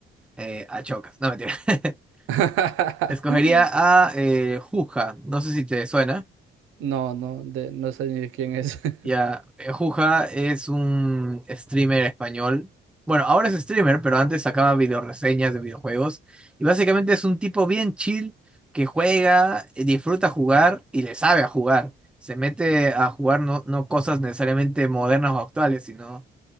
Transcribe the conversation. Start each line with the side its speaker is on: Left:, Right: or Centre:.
Centre: eh, a Chocas. No, mentira. <laughs>
Right: <laughs>
Centre: Escogería a eh, Juja. No sé si te suena.
Right: No, no, de, no sé ni quién es. <laughs>
Centre: Ya, eh, Juja es un streamer español. Bueno, ahora es streamer, pero antes sacaba videoreseñas de videojuegos. Y básicamente es un tipo bien chill que juega, eh, disfruta jugar y le sabe a jugar. Se mete a jugar no, no cosas necesariamente modernas o actuales, sino